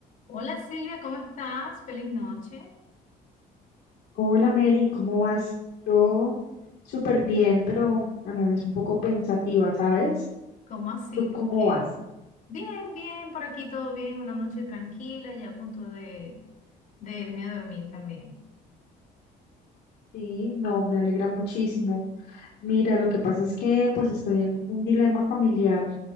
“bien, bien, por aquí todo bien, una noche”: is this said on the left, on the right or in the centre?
Left